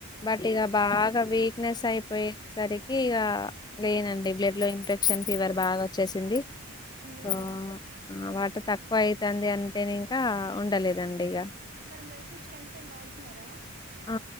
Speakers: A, on the left (about 20°); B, on the right (about 40°).
A: బట్ ఇక
B: ఓ
A: బాగా వీక్నెస్ అయి పోయేసరికి ఇగ లేనండి బ్లడ్ లో ఇన్ఫెక్షన్ ఫీవర్ బాగా వచ్చేసింది
B: అయ్యో అయ్యో
A: ఆహా వాటర్ తక్కువ అయితుంది అంటేనే ఇంకా ఉండలేదండి ఇగ
B: మరి మెడిసిన్స్ టైమ్ టు టైమ్ వాడుతున్నారా
A: ఆ